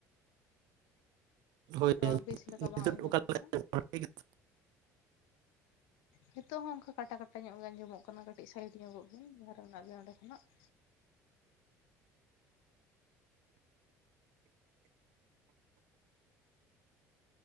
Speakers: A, on the right; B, on the left.
A: ᱦᱳᱭ
B: ᱨᱚᱲ ᱵᱮᱥ ᱞᱮᱠᱟ ᱵᱟᱝ
A: ᱱᱤᱛᱚᱜ
B: ᱟᱸᱡᱚᱢ ᱞᱮᱱᱟ ᱾
A: <inaudible>
B: ᱱᱤᱛᱚᱜ ᱦᱚᱸ ᱚᱝᱠᱟ ᱠᱟᱴᱟ ᱠᱟᱴᱟ ᱧᱚᱜ ᱟᱸᱡᱚᱢᱚᱜ ᱠᱟᱱᱟ ᱠᱟᱹᱴᱤᱡ ᱥᱟᱭᱤᱰ ᱧᱚᱜᱚᱜ ᱵᱤᱱ ᱡᱟᱦᱟᱸ ᱨᱮ ᱢᱮᱱᱟᱜ ᱵᱤᱭᱟ ᱚᱸᱰᱮ ᱠᱷᱚᱱᱟᱜ ᱾